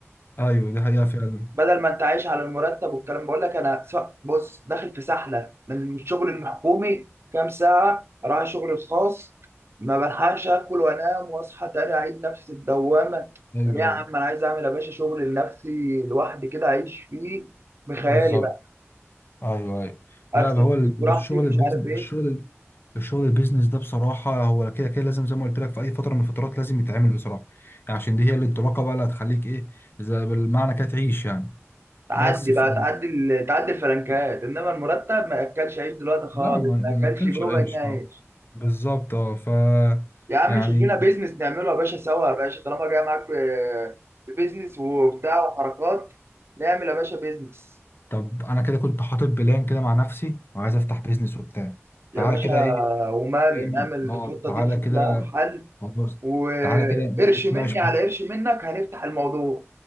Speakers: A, on the left; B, on the right.
A: ايوه دي حقيقة فعلا
B: بدل ما انت عايش على المرتب والكلام بقول لك انا سواء بص داخل في سحلة من الشغل الحكومي كام ساعة اروح الشغل الخاص ما بلحقش اكل وانام واصحى تاني اعيد نفس الدوامة
A: ايوه
B: طب يا عم
A: ايوه
B: انا عايز اعمل يا باشا شغل لنفسي لوحدي كده اعيش فيه بخيالي
A: بالظبط
B: بقى
A: ايوه ايوه لا
B: اكتب
A: هو ال-
B: فيه براحتي
A: الشغل
B: ومش
A: البيزنس
B: عارف ايه
A: الشغل الشغل البيزنس ده بصراحة هو كده كده لازم زي ما قلت لك في أي فترة من الفترات لازم يتعمل بصراحة يعني عشان دي هي الانطلاقة بقى اللي هتخليك إيه زي بالمعنى كده تعيش يعني
B: تعدي
A: بس ف...
B: بقى تعدي ال- تعدي الفلنكات انما المرتب ما ياكلش عيش دلوقتي خالص
A: لا ما ما
B: ما ياكلش
A: ناكلش
B: بربع
A: عيش
B: جنيه عيش
A: اه بالظبط اه ف
B: يا عم
A: يعني
B: شوف لنا بيزنس نعمله يا باشا سوا يا باشا طالما جاي معاك في في بيزنس وبتاع وحركات نعمل يا باشا بيزنس
A: طب انا كده كنت حاطط بلان كده مع نفسي وعايز افتح بيزنس وبتاع
B: يا
A: تعالى
B: باشا
A: كده ايه
B: ومال
A: فاهم
B: نعمل
A: اه
B: الخطه
A: تعالى
B: دي نشوف
A: كده
B: لها حل
A: خلاص
B: وقرش
A: تعالى كده إيه نتناقش
B: مني
A: فيه.
B: على قرش منك هنفتح الموضوع